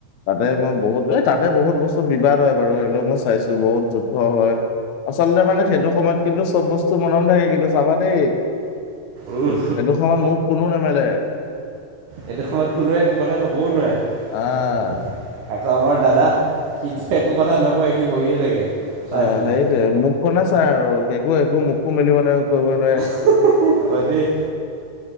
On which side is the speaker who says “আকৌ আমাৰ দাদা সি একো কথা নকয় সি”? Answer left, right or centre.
Right